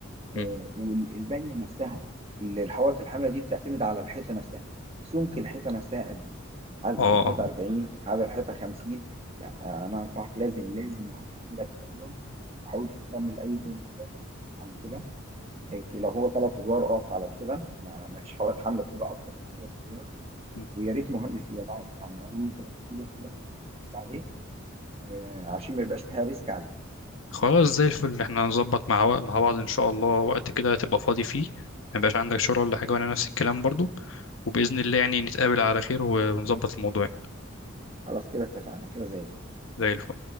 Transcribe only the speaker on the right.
آه، والبنية نفسها اللي الحوائط الحاملة دي بتعتمد على الحيطة نفسها سمك الحيطة نفسها قد إيه هل
الحيطة 40 هل الحيطة 50 لأ آه، أنا أنصحك لازم لازم مهندس يجي لك في الأول ما تحاولش تعمل أي دور زيادة عن كده هيك لو هو ثلاث ادوار اقف على كده ما ما فيش حوائط حمل بتبقى اكتر من ثلاث ادوار
ويا ريت مهندس يبقى معاك يعني انا ممكن ابقى اجي لك كده نبقى نبص عليه آه، عشان ما يبقاش فيها ريسك عليك
خلاص كده اتفقنا كده زي الفل